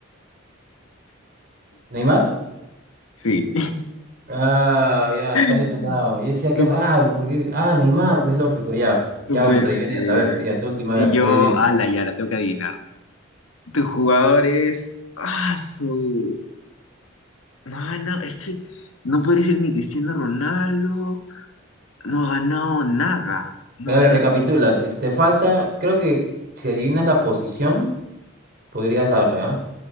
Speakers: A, on the right; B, on the left.
A: ¿Neymar?
B: Sí.
A: Ah, ya,
B: <laughs>
A: está lesionado. Y decía, qué
B: No,
A: raro, porque. Ah, Neymar, pues lógico, ya.
B: no
A: Ya,
B: puede
A: bueno, te
B: ser.
A: adivinas. A ver, tía, tu última,
B: Y
A: a ver,
B: yo,
A: se adivinan.
B: a la Yara, tengo que adivinar. Tu jugador es. Ah, su. No, no, es que no podría ser ni Cristiano Ronaldo. No ha ganado nada. No
A: Pero a
B: ha
A: ver,
B: ganado.
A: recapitula, te, te falta, creo que si adivinas la posición, podrías darle, ¿ah?